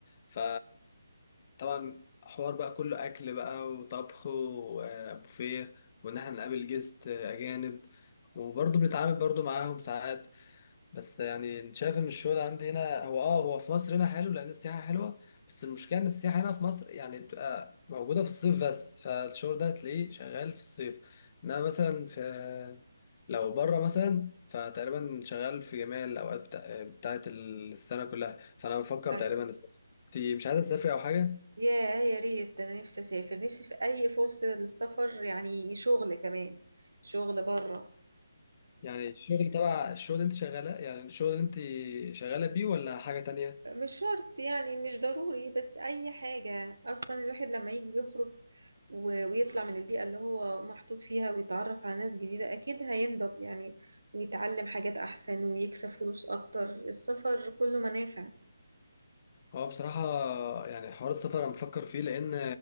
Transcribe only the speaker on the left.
ف طبعا حوار بقى كله اكل بقى وطبخ وبوفيه وان احنا نقابل جست اجانب وبرضه بنتعامل برضه معاهم ساعات بس يعني انت شايف ان الشغل عندي هنا هو اه هو في مصر هنا حلو لان السياحه حلوه بس المشكله ان السياحه هنا في مصر يعني بتبقى موجوده في الصيف بس فالشغل ده هتلاقيه شغال في الصيف انما مثلا في لو بره مثلا فتقريبا شغال في جميع الاوقات بتاع... بتاعت السنه كلها فانا بفكر
تقريبا اسافر انت مش عايزه تسافري او حاجه
يعني الشغل تبع الشغل اللي انت شغاله يعني الشغل اللي انت شغاله بيه ولا حاجه تانية
هو بصراحة يعني حوار السفر أنا بفكر فيه لأن